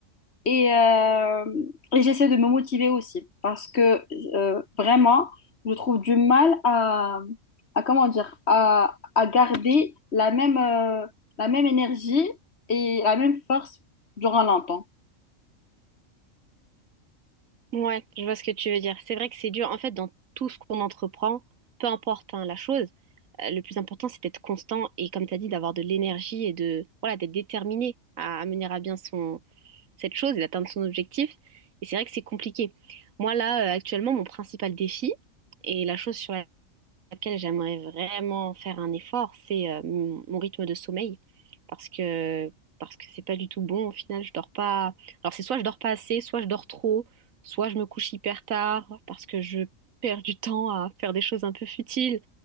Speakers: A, on the left; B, on the right.
A: Et, euh, et j'essaie de me motiver aussi parce que euh, vraiment, je trouve du mal à, à comment dire, à, à garder la même, euh, la même énergie et la même force durant longtemps.
B: Ouais, je vois ce que tu veux dire. C'est vrai que c'est dur. En fait, dans tout ce qu'on entreprend, peu importe hein, la chose, euh, le plus important, c'est d'être constant et, comme tu as dit, d'avoir de l'énergie et de, voilà, d'être déterminé à, à mener à bien son, cette chose et d'atteindre son objectif. Et c'est vrai que c'est compliqué. Moi, là, euh, actuellement, mon principal défi et la chose sur laquelle j'aimerais vraiment faire un effort, c'est euh, mon mon rythme de sommeil. Parce que, parce que c'est pas du tout bon. Au final, je dors pas. Alors, c'est soit je dors pas assez, soit je dors trop, soit je me couche hyper tard parce que je perds du temps à faire des choses un peu futiles,